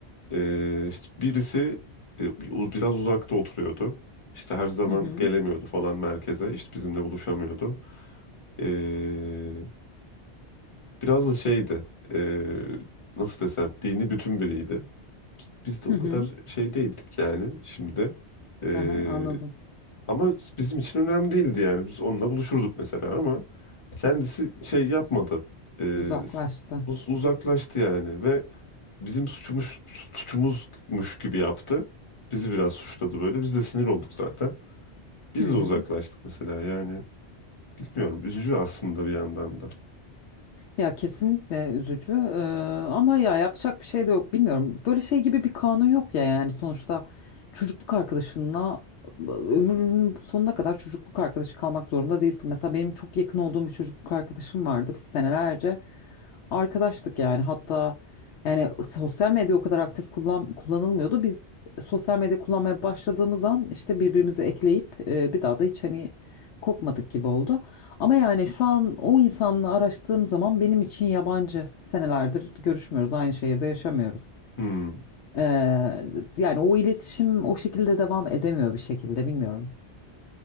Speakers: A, on the left (about 30°); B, on the left (about 80°).
A: Ee, işte birisi e, bir- biraz uzakta oturuyordu. İşte her zaman
B: Hı hı.
A: gelemiyordu falan merkeze. İşte bizimle buluşamıyordu. Ee, biraz da şeydi. e, nasıl desem dini bütün biriydi. Biz, biz de o
B: Hı hı.
A: kadar şey değildik yani şimdi. E,
B: Aha, anladım.
A: ama bizim için önemli değildi yani. Biz onunla buluşurduk mesela ama kendisi şey yapmadı. Ee,
B: Uzaklaştı.
A: uz- uzaklaştı yani ve bizim suçumuz suçumuzmuş gibi yaptı. Bizi biraz suçladı böyle. Biz de sinir olduk zaten. Biz
B: Hı hı.
A: de uzaklaştık mesela yani. Bilmiyorum. Üzücü aslında bir yandan da.
B: Ya kesinlikle üzücü Ee, ama ya yapacak bir şey de yok bilmiyorum. Böyle şey gibi bir kanun yok ya yani sonuçta çocukluk arkadaşınla ömrünün sonuna kadar çocukluk arkadaşı kalmak zorunda değilsin. Mesela benim çok yakın olduğum bir çocukluk arkadaşım vardı. Biz senelerce arkadaştık yani hatta yani sosyal medya o kadar aktif kullan, kullanılmıyordu. Biz sosyal medya kullanmaya başladığımız an işte birbirimizi ekleyip e, bir daha da hiç hani kopmadık gibi oldu. Ama yani şu an o insanla araştığım zaman benim için yabancı. Senelerdir görüşmüyoruz, aynı şehirde yaşamıyoruz.
A: Hmm.
B: Ee, yani o iletişim o şekilde devam edemiyor bir şekilde bilmiyorum.